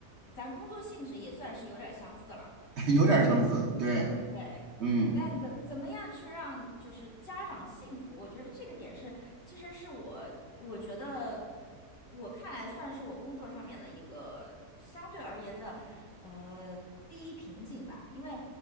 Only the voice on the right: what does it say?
<laughs> 有点儿相似，对，
嗯。